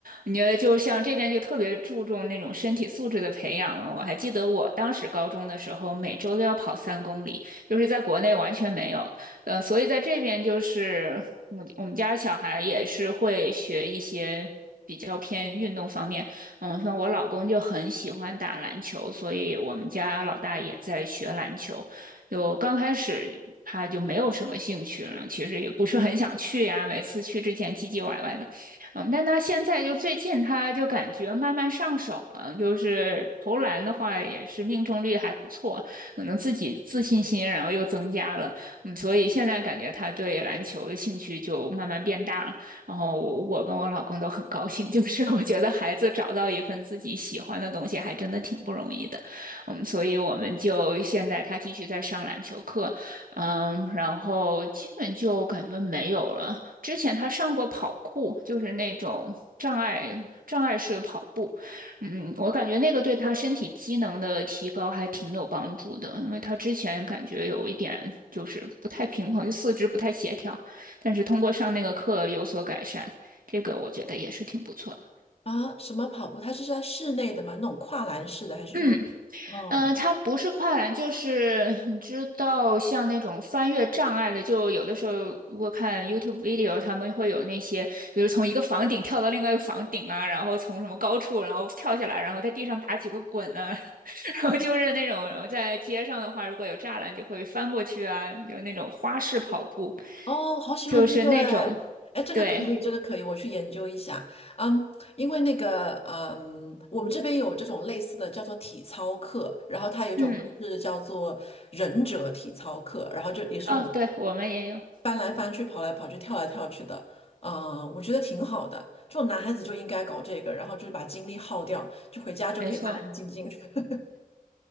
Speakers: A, on the right; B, on the left.
A: 你觉得，就像这边就特别注重那种身体素质的培养嘛？我还记得我当时高中的时候，每周都要跑三公里，就是在国内完全没有。呃，所以在这边就是我我们家小孩也是会学一些比较偏运动方面。嗯，像我老公就很喜欢打篮球，所以我们家老大也在学篮球。就刚开始他就没有什么兴趣，然后其实也不是很想去呀，每次去之前唧唧歪歪的。嗯，但他现在就最近他就感觉慢慢上手了，就是投篮的话也是命中率还不错，可能自己自信心然后又增加了。嗯，所以现在感觉他对篮球的兴趣就慢慢变大了。然后我跟我老公都很高兴，就是我觉得孩子找到一份自己喜欢的东西，还真的挺不容易的。嗯，所以我们就现在他继续在上篮球课，嗯，然后基本就感觉没有了。之前他上过跑酷，就是那种障碍障碍式跑步，嗯，我感觉那个对他身体机能的提高还挺有帮助的，因为他之前感觉有一点就是不太平衡，就四肢不太协调。但是通过上那个课有所改善，这个我觉得也是挺不错的。
B: 啊，什么跑步，它是在室内的吗？那种跨栏式的，还是说，
A: 嗯，
B: 嗯。
A: 呃，它不是跨栏，就是你知道，像那种翻越障碍的，就有的时候如果看 YouTube video，他们会有那些，比如从一个房顶跳到另外一个房顶啊，然后从什么高处然后跳下来，然后在地上打几个滚啊，<laughs> 然后就是那种，然后在街上的话，如果有栅栏就会翻过去啊，就那种花式跑步，
B: 哦，好喜欢这个哎，
A: 就是那种，
B: 哎，这个可以，
A: 对，
B: 这个可以，我去研究一下。嗯，因为那个，嗯，我们这边有这种类似的叫做体操课，然后它有一种课是叫做忍者体操课，
A: 嗯，
B: 然后就也是这种
A: 哦，对，我们也有。
B: 翻来翻去、跑来跑去、跳来跳去的。嗯，我觉得挺好的，这种男孩子就应该搞这个，然后就是把精力耗掉，就回家就可以安安静静的。
A: 没错，